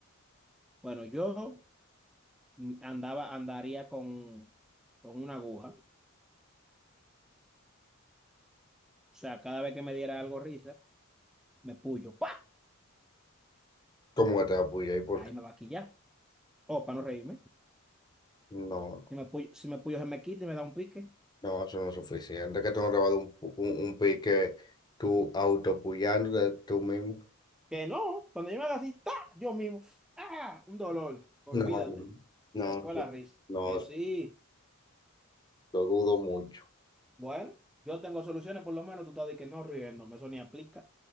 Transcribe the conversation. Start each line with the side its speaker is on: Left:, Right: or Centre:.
Centre: Bueno, yo mm, andaba, andaría con, con una aguja. O sea, cada vez que me diera algo risa, me puyo. ¡Pa!
Left: ¿Cómo que te apoyé? ¿Y por
Centre: Ahí
Left: qué?
Centre: me va a quillar. o para no reírme.
Left: No.
Centre: Si me puyo, si me puyo se me quita y me da un pique.
Left: No, eso no es suficiente. Que tú no te vas a dar un, pu- un, un pique tú autopullándote tú mismo.
Centre: Que no, cuando yo me haga así, ¡ta! Yo mismo. ¡Ah! Un dolor. Olvídate.
Left: No, no,
Centre: Se fue la risa.
Left: no,
Centre: Que sí.
Left: lo dudo mucho.
Centre: Bueno, yo tengo soluciones, por lo menos tú estás de que no riéndome, eso ni aplica.